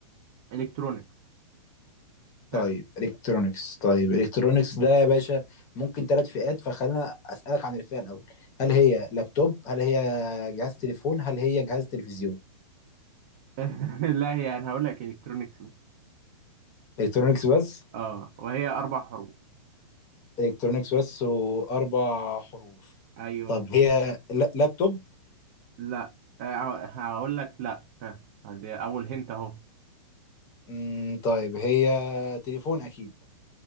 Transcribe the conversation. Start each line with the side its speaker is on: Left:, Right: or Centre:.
Right: الكترونكس
Left: طيب
Right: ها
Left: الكترونكس طيب الكترونكس ده يا باشا ممكن ثلاث فئات فخلينا اسالك عن الفئه الاول هل هي لابتوب هل هي جهاز تليفون هل هي جهاز تلفزيون
Right: <laughs> لا هي انا هقول لك الكترونكس مثلا
Left: الكترونكس بس
Right: اه وهي اربع حروف
Left: الكترونكس بس واربع حروف
Right: ايوه
Left: طب هي لا- لابتوب
Right: لا آه، هقول لك لا ها دي اول هنت اهو
Left: مم، طيب هي تليفون اكيد